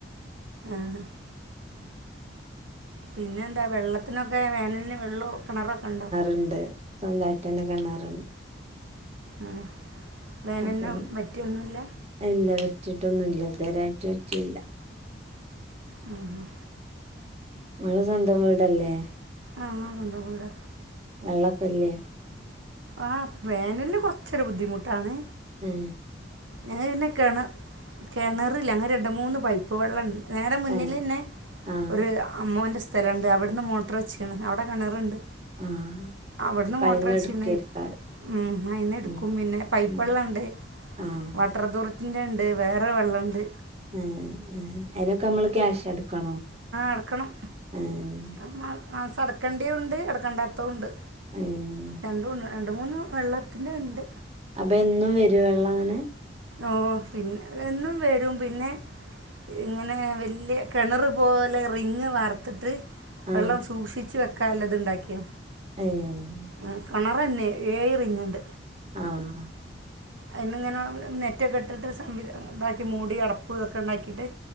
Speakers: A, on the right; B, on the right.
A: ആഹ് പിന്നെന്താ വെള്ളത്തിനൊക്കെ വേനലിന് വെള്ളം കെണറൊക്കെണ്ടോ
B: ഇണ്ട് സ്വന്തായിട്ടന്നെ കെണറ്ണ്ട്
A: ആ വേനൽന്
B: അപ്പൊ പി
A: വറ്റൊന്നുല്ല
B: ഇല്ല വെറ്റിട്ടൊന്നുല്ല്യ ഇതുവരായിട്ട് വെറ്റില്യ
A: ഉം ഹും
B: ങ്ങള് സ്വന്തംവീടല്ലേ
A: ആ സ്വന്തംവീടാ
B: വെള്ളക്കല്ല്യെ
A: ആ വേനൽല്ല് കൊർച്ചൊരു ബുദ്ധിമുട്ടാണ്
B: ഏ..
A: ഞങ്ങഹ് പിന്നെ കെണ കെണറില്ല അങ്ങ് രണ്ട് മൂന്ന് പൈപ്പ് വെള്ളണ്ട് നേരെമുന്നിലന്നെ
B: ഏഹ് ആഹ്
A: ഒര് അമ്മോൻ്റെ സ്ഥലണ്ട് അവിടുന്ന് മോട്ട്റ് വെച്ച്ണ് അവ്ടെകെണറുണ്ട്
B: ആഹ്
A: അവ്ട്ന്ന്
B: അപ്പൊ
A: മോട്ട്ർച്ച്ണ്
B: അയിന്ന് എടുക്ക എടുക്കാറ്
A: ഉം അയിന്ന് എടുക്കും
B: ഉം
A: പിന്നെ പൈപ്പ്
B: ഉം
A: വെള്ളംഇണ്ട്
B: ആഹ്
A: വാട്ടർ ദോറിറ്റിൻ്റെ ഉണ്ട് വേറെ വെള്ളം ഉണ്ട്
B: ഏഹ് ഏഹ് അയ്നൊക്കമ്മള് ക്യാഷ് അടക്കണോ
A: അടക്കണം
B: ആഹ്
A: ആഹ് മാസം അടക്കണ്ടിയ ഉണ്ട് അടക്കണ്ടാത്ത ഉണ്ട്
B: ഏഹ്
A: രണ്ടും ഉണ്ട് രണ്ട് മൂന്ന് വെള്ളത്തി്ന്റെ ണ്ട്
B: അപ്പൊ എന്നും വരൊ വെള്ളങ്ങനെ
A: ഓഹ് പിൻ എന്നും വരും പിന്നെ ഇങ്ങനെ വല്യ കെണറ് പോലെ റിങ്ങ് വാർത്തിട്ട് വെള്ളം
B: ആഹ്
A: സൂക്ഷിച്ചു വെക്കാല്ലത്ണ്ടാക്കി
B: ഏഹ്
A: ണ് കെണറന്നെ ഏഴ് റിങ്ണ്ട്
B: ആഹ്
A: അയ്ന്ന്ങ്ങനെ നെറ്റൊക്കെ ഇട്ടിട്ട് സംവി താക്കി മൂടി അടപ്പ് ഇതൊക്കെ ണ്ടാക്കിട്ട്